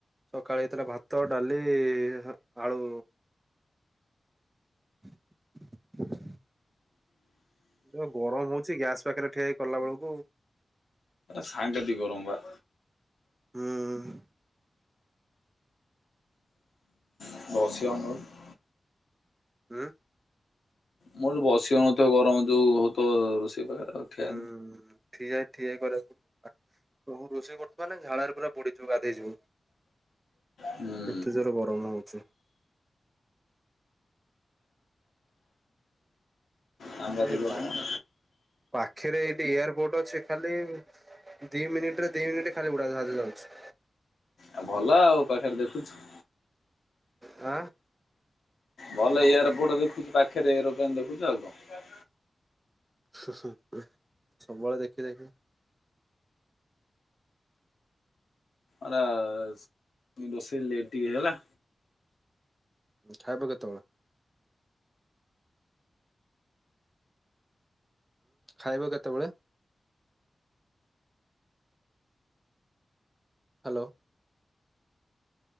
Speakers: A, on the right; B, on the left.
A: ସକାଳେ ହେଇଥିଲା ଭାତ, ଡାଲି-ଇ-ଇ-ଇ ଆଳୁ। <inaudible> ପୁରା ଗରମ ହଉଛି ଗ୍ୟାସ ପାଖରେ ଠିଆ ହେଇ କଲା ବେଳକୁ
B: ସାଙ୍ଘାତିିକ ଗରମ ବା।
A: ହୁଁ।
B: <unintelligible>
A: ହୁଁ।
B: ମୋର ବସି ହଉନଥିବ ଗରମ ଯୋଉ-ଉ-ଉ ହୋଉଥିବ-ଅ-ଅ ରୋଷେଇ ଘରେ ଆଉ ଠିଆ
A: ହୁଁ ଠିଆ ଠିଆ କରି <unintelligible> ମୁଁ ରୋଷେଇ କରୁଥିବ ମାନେ ଝାଳରେ ପୁରା ବୁଡ଼ିଥିବୁ ଗାଧେଇ ଯିବ।
B: ହୁଁ।
A: ଏତେ ଜୋରେ ଗରମ ହଉଚି।
B: ସାଙ୍ଘାତିକ
A: ଏ ପା
B: ଗରମ।
A: ପାଖରେ ଏଇଠି ଏୟାରପୋର୍ଟ ଅଛି ଖାଲି-ଇ-ଇ-ଇ ଦି ମିନିଟ ରେ ଦି ମିନିଟ୍ ଖାଲି ଉଡାଜାହାଜ ଯାଉଚି।
B: ଆ ଭଲ ଆଉ ପାଖରେ ଦେଖୁଛୁ।
A: ଅ।
B: ଭଲ ଏୟାର ପୋର୍ଟ ଦେଖୁଚୁ ପାଖରେ ଏରୋପ୍ଲେନ୍ ଦେଖୁଚୁ ଆଉ କଣ।
A: ସବୁବେଳେ ଦେଖି ଦେଖି
B: ଆରେ-ଏ-ଏ-ଏ ରୋଷେଇ ଲେଟ୍ ଟିକେ ହେଇଗଲା।
A: ଖାଇବ କେତେ ବେଳେ? ଖାଇବ କେତେବେଳେ? ହ୍ୟାଲୋ।